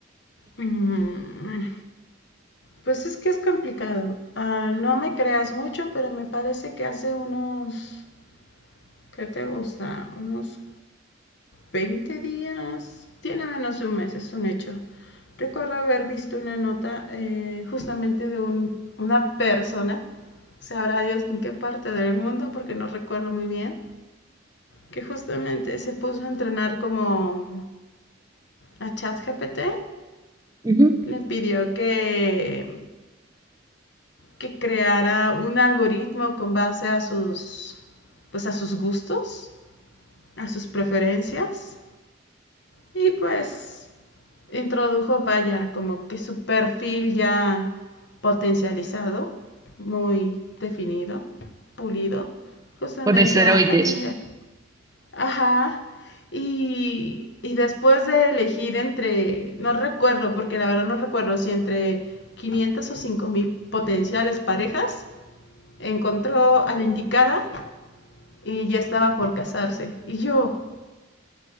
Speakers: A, on the left (about 60°); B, on the right (about 20°).
A: Mm. Pues es que es complicado. Ah, no me creas mucho, pero me parece que hace unos, ¿qué te gusta? Unos 20 días, tiene menos de un mes, es un hecho. Recuerdo haber visto una nota eh, justamente de un- una persona, sabrá Dios en qué parte del mundo, porque no recuerdo muy bien, que justamente se puso a entrenar como a ChatGPT,
B: Ujú.
A: le pidió que que creara un algoritmo con base a sus, pues a sus gustos, a sus preferencias y pues introdujo, vaya, como que su perfil ya potencializado, muy definido, pulido, justamente
B: Con esteroides,
A: a, a Tinder. Ajá. Y, y después de elegir entre, no recuerdo, porque la verdad no recuerdo si entre 500 o 5000 potenciales parejas, encontró a la indicada y ya estaba por casarse. Y yo,